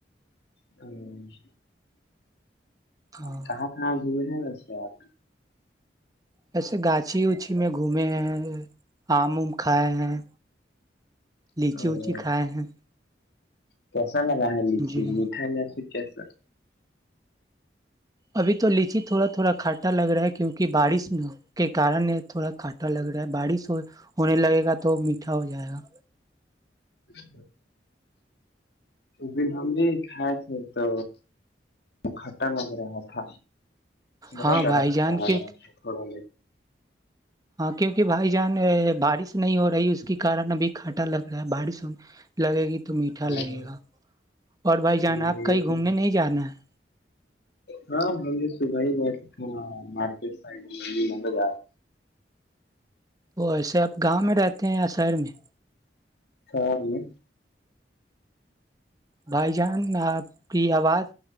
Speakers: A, on the left; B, on the right.
A: ہاں <unintelligible>
B: ہاں
A: کاہپ نہ جوئے تھ بس بات
B: ایسے گاچھی ووچھی میں گھومے ہیں آم ام کھائے ہیں لیچی
A: اور
B: اوچی کھائے ہیں
A: کیسا لگا ہے لیچی
B: جی
A: میٹھائی ل کیسا
B: اب تو لیچی تھوڑا تھوڑا کھاٹا لگ رہا ہے کیونکہ بارش کے کن تھوڑا کھاٹا لگ رہا ہے بارش ہو ہونے لگے گا تو میٹھا ہو جائے گا
A: اس دن ہم نہیں کھائے تھے تو کھٹا لگ رہا تھا بہت
B: ہاں
A: زیادہ
B: بھائی
A: کھٹا
B: جان
A: ل
B: کی
A: رہا تھوڑا بھی
B: ہاں کیونکہ بھائی جان بارش نہیں ہو رہی اس کے کارن ابھی کھٹا لگ رہا ہے بارش لگے گی تو میٹھا
A: ہاں
B: لگے گا اور بھائی جان
A: ہ
B: آپ کہیں
A: یہ
B: گھومنے
A: تو
B: نہیں جانا ہے
A: ہاں ہم تو صبح ہی گئے تھاک ف مب ج
B: وہ ایسے آپ گاؤں میں رہتے ہیں شہر میں
A: سھا میں
B: بھائی جان آپ کی آواز